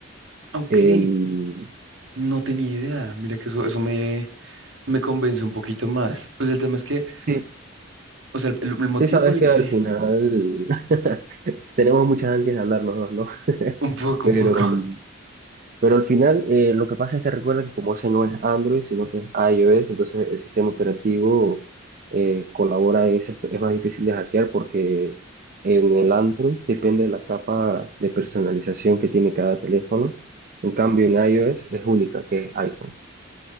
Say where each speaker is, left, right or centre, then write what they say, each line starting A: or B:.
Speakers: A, on the right; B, on the right.
A: Ok,
B: Em,
A: no tenía idea. Mira que eso, eso me, me convence un poquito más. Pues el tema es que
B: sí,
A: O sea, el, el- el motivo
B: sí sabes
A: por el
B: que
A: que...
B: al final <laughs> tenemos muchas ansias de hablar los dos, ¿no? <laughs>
A: Un poco,
B: Pero
A: un poco.
B: Pero al final, eh, lo que pasa es que recuerda que como ese no es Android, sino que es iOS, entonces el sistema operativo eh, colabora en ese, aspe- es más difícil de hackear porque en el Android depende de la capa de personalización que tiene cada teléfono. En cambio, en iOS es única, que es iPhone.